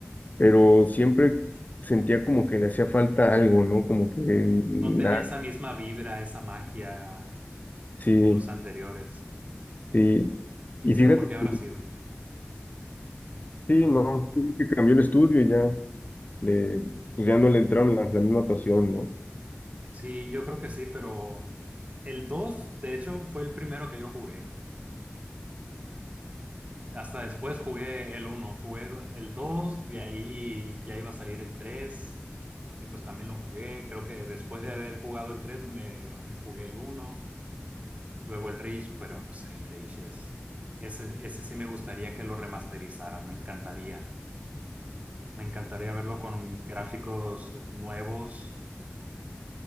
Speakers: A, on the left; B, on the right.
A: pero siempre sentía como que le hacía falta algo, ¿no? Como que nada,
B: No tenía esa misma vibra, esa magia
A: sí,
B: que los anteriores.
A: sí.
B: ¿Quién
A: Y
B: sabe
A: fíjate,
B: por qué habrá
A: pues,
B: sido?
A: sí,
B: Ajá.
A: no, sí que cambió el estudio y ya, le, pues ya no le entraron la, la misma pasión, ¿no?
B: Sí, yo creo que sí, pero el 2 de hecho, fue el primero que yo jugué. Hasta después jugué el uno jugué el dos de ahí ya iba a salir el 3 y pues también lo jugué. Creo que después de haber jugado el 3 me eh, jugué el uno luego el Reach, pero pues el Reach es... Ese, ese sí me gustaría que lo remasterizaran, me encantaría. Me encantaría verlo con gráficos nuevos,